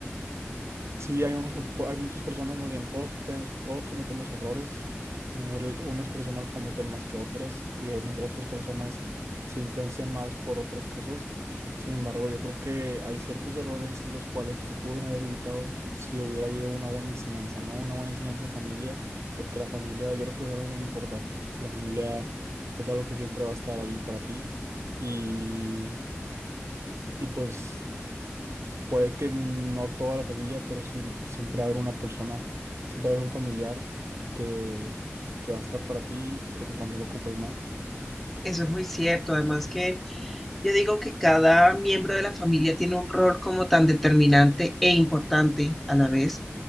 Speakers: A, on the right (about 75°); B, in the centre.
A: Sí, hay unos que po- hay muchas personas, más bien todos tenemos, todos cometemos errores. Eh, un- unas personas cometen más que otras y unas otras personas se influencian más por otras cosas. Sin embargo, yo creo que hay ciertos errores los cuales sí se pudieron haber evitado si hubiera habido una buena enseñanza, ¿no? Una buena enseñanza en familia, porque la familia yo creo que es algo muy importante. La familia es algo que siempre va a estar ahí para ti y, y pues Puede que no toda la familia, pero siem- siempre va a haber una persona, siempre va a haber un familiar que, que va a estar para ti en cuando lo ocupes, ¿no?
B: Eso es muy cierto, además que yo digo que cada miembro de la familia tiene un rol como tan determinante e importante a la vez,